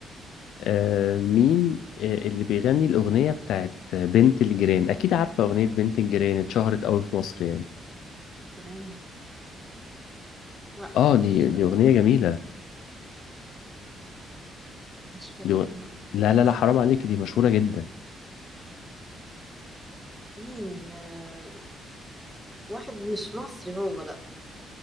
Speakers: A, on the left; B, in the centre.
A: آه
B: مم.
A: مين آه، اللي بيغني الأغنية بتاعت بنت الجيران أكيد عارفة أغنية بنت الجيران اتشهرت أوي في مصر يعني
B: جيران لا
A: اه
B: مش
A: دي دي
B: آه،
A: أغنية جميلة
B: مش فاكرة
A: دي غ-
B: لا للأسف
A: لا لا لا حرام عليك دي مشهورة جدا
B: مين آه، واحد مش مصري هو لا